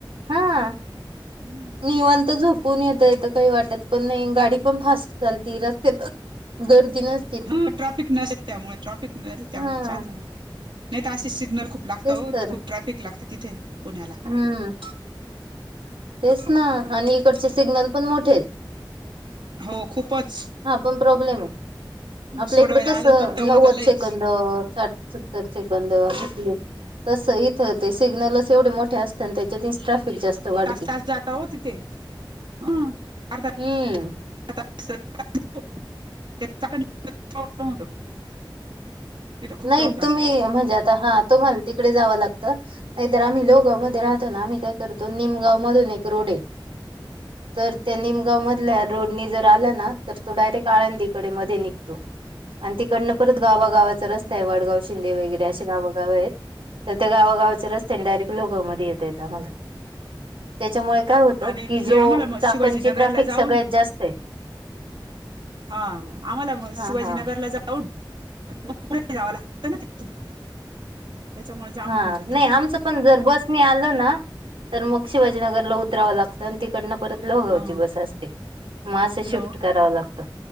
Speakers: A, on the right (about 85°); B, on the right (about 70°).
A: हां.
B: हम्म.
A: निवांत झोपून येता येत काही वाटत पण नाही, गाडी पण फास्ट चालते रस्त्यांत गर्दी नस
B: ह ट्राफिक नसे त्यामुळे, ट्राफिक नसे त्यामुळे
A: हा
B: चाल नाही तर असे सिग्नल खूप लागतं
A: तेच
B: ओ,
A: तर
B: खूप ट्रॅफिक लागते तिथे पुण्याला.
A: हम्म. तेच ना, आणि इकडचे सिग्नल पण मोठे आहेत.
B: हो खूपचं.
A: हा पण प्रॉब्लेम आहे, आपल्या
B: सोडवायला
A: इकडं कसं
B: आलो होतो तेव्हा
A: नव्वद
B: तर लईच
A: सेकंद साठ. सत्तर सेकंद कसले. तसं इथं ते सिग्नलच एवढे मोठे असत. आणि त्यांच्याने ट्राफिक जास्त वाढ
B: तास तास जाता हो तिथे, हम अर्ध
A: हम्म
B: <unintelligible> तिथं खूप
A: नाही
B: ट्रॉफी असते
A: तुम्ही म्हणजे, आता हा तुम्हाला तिकडे जावं लागतं. नाही तर आम्ही लोगाव मध्ये राहतो ना, आम्ही काय करतो निमगाव मधून एक रोड ये. तर त्या निमगाव मधल्या रोडनी जर आला ना. तर तो डायरेक्ट आळंदीकडे मध्ये निघतो, आणि तिकडनं परत गावागावाचा रस्ता. डगाव शिंदे वगैरे असे गावगाव आहेत, तर त्या गावागावच्या रस्ते डायेक्ट लोगावमध्ये येत आहेत. आम्हाला तेच्यामुळे काय होत
B: आणि
A: की, जो
B: हे आम्हाला मग
A: चाकणची
B: शिवाजीनगरला
A: ट्राफिक सगळ्यात
B: जाऊन
A: जास्त ये.
B: हा आम्हाला म
A: हा
B: शिवाजीनगरला
A: हा
B: जा <unintelligible> जावं लागत ना. त्याच्यामुळे जाम
A: हा
B: होऊन जातं
A: नाही आमचं पण जर बसने आलोना, तर मग शिवाजीनगरला उतराव लागतं. तिकडनं परत लोगावची
B: ह
A: बस असते, मग असं
B: हॅलो
A: शिफ्ट कराव लागत.